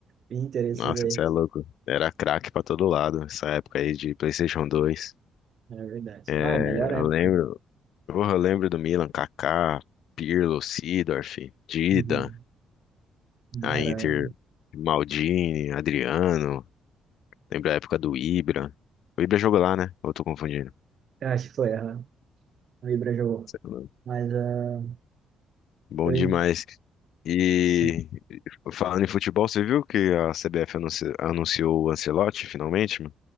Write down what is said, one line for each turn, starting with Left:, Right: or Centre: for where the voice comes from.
Right: interesses
Left: Nossa,
Right: aí.
Left: você é louco. Era craque pra todo lado, essa época aí de PlayStation dois,
Right: É verdade.
Left: É,
Right: Ah, melhor época.
Left: eu lembro. Porra, eu lembro do Milan, Kaká, Pirlo, Seedorf, Dida,
Right: Uhum. Não
Left: a
Right: era.
Left: Inter, Maldini, Adriano. Lembro a época do Ibra. O Ibra jogou lá, né? Ou eu tô confundindo?
Right: Eu acho que foi a a Ibra jogou.
Left: Sei lá.
Right: Mas ah,
Left: Bom
Right: eu.
Left: demais.
Right: en-
Left: E
Right: Sim.
Left: falando em futebol, você viu que a CBF anunci- anunciou o Ancelotti finalmente, mano?